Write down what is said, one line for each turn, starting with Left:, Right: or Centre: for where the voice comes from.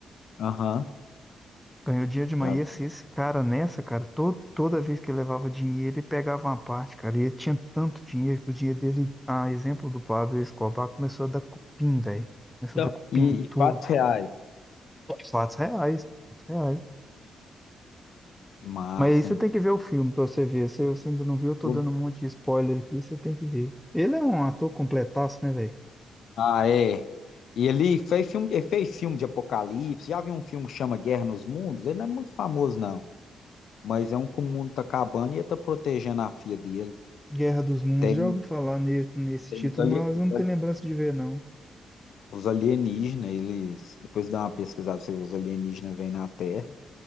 Left: Aham,
Centre: Ganhou dinheiro demais.
Left: já
Centre: E
Left: vi.
Centre: esse, esse cara nessa, cara, to- toda vez que ele levava dinheiro, ele pegava uma parte, cara. E ele tinha tanto dinheiro que o dinheiro dele, a exemplo do Pablo Escobar, começou a dar cupim, velho. Começou
Left: Então,
Centre: a dar cupim
Left: e,
Centre: em
Left: e
Centre: tudo.
Left: fatos reais.
Centre: 4 reais, 4 reais.
Left: Massa,
Centre: Mas aí você
Left: hein?
Centre: tem que ver o filme pra você ver. Se você ainda não viu, eu tô
Left: Vou-
Centre: dando um monte de spoiler aqui, você tem que ver. Ele é um ator completaço, né, velho?
Left: Ah, é. E ele fez filme, ele fez filme de apocalipse. Já viu um filme que chama Guerra nos Mundos? Ele não é muito famoso, não. Mas é um que o mundo tá acabando e ele tá protegendo a filha dele.
Centre: Guerra dos Mundos,
Left: Tem,
Centre: já ouvi falar nesse, nesse
Left: tem
Centre: título,
Left: os ali-
Centre: mas
Left: os
Centre: eu não tenho
Left: ali-
Centre: lembrança de ver, não.
Left: os alienígenas, eles. Depois dá uma pesquisada, você vê, os alienígenas vêm na Terra